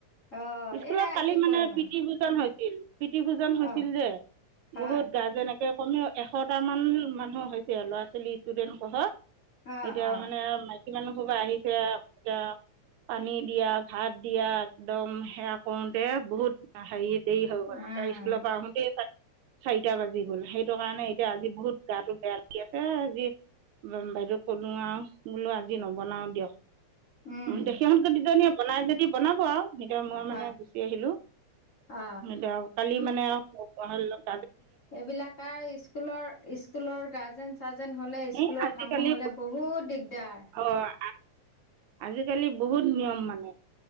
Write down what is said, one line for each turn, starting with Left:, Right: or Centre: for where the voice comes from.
Left: অ
Right: স্কুলত
Left: এয়া
Right: কালি
Left: কি
Right: মানে
Left: কৰিম
Right: পিতি
Left: আৰু
Right: পজা- হৈছিল। প্ৰীতি ভূজন হৈছিল
Left: অ
Right: যে
Left: হয়
Right: বহুত গা যেনেকে কমেও, এশটা মান মানুহ হৈছে ল'ৰা ছোৱালী ষ্টুডেন্ট সহ
Left: অ
Right: এতিয়া
Left: অ
Right: মানে আপোনালোক কৰবা আহিছে এতিয়া পানীত দিয়া, ভাত দিয়া একদম সেয়া কৰোতে বহুত হেৰিত দেৰি হৈ
Left: উম
Right: যায় তস্কুল পৰা আহতে চাৰিটা বাজি গ'ল, সেইটো কাৰণে এতিয়া, আজি বহুত গাটো বেয়া লাগি আছে। ব বাইদেউ কলো আৰু, বোলো আজি নবনাও দিয়ক।
Left: উম
Right: উ', দেখি <unintelligible> জনীয়ে বনাই যদি বনাব আৰু এতিয়া মই
Left: হয়
Right: মানে গুচি আহিলো,
Left: অ
Right: এতিয়া কালি মানে আৰু <unintelligible>
Left: এইবিলাক আৰু স্কুলৰ-স্কুলৰ গাৰ্জেন-চাৰ্জেন হলে স্কুলৰ
Right: এই আজিকালি
Left: কামো হলে বহুত দিগদাৰ
Right: অঁ আজিকালি বহুত নিয়ম মানে